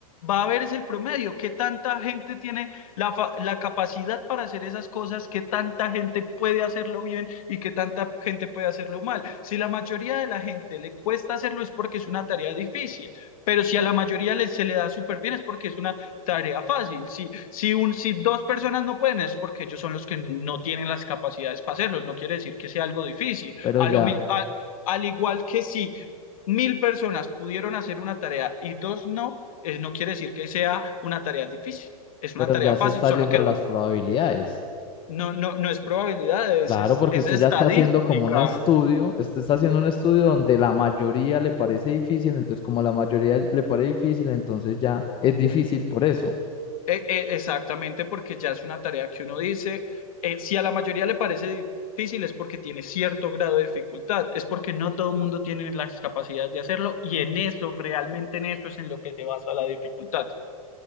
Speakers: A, on the left; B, on the left.
A: va a ver es el promedio. ¿Qué tanta gente tiene la, fa- la capacidad para hacer esas cosas, que tanta gente puede hacerlo bien y que tanta gente puede hacerlo mal. Si la mayoría de la gente le cuesta hacerlo es porque es una tarea difícil, pero si a la mayoría le- se le da súper bien es porque es una tarea fácil. Si, si, un, si dos personas no pueden es porque ellos son los que no tienen las capacidades para hacerlo, no quiere decir que sea algo difícil.
B: pero
A: A
B: ya.
A: lo, a- al igual que si mil personas pudieron hacer una tarea y dos no, eh, no quiere decir que sea una tarea difícil. Es una
B: Pero
A: tarea
B: ya
A: fácil,
B: se está
A: solo
B: yendo
A: que dos.
B: las probabilidades.
A: No, no, no es probabilidades,
B: Claro,
A: es,
B: porque
A: es
B: usted
A: estadística.
B: ya está haciendo como un estudio, usted está haciendo un estudio
A: Eh,
B: donde la mayoría le parece difícil, entonces como la mayoría le parece difícil, entonces ya es difícil por eso.
A: eh, eh, exactamente, porque ya es una tarea que uno dice, eh, si a la mayoría le parece difícil es porque tiene cierto grado de dificultad, es porque no todo el mundo tiene las capacidades de hacerlo y en eso, realmente en eso es en lo que se basa la dificultad.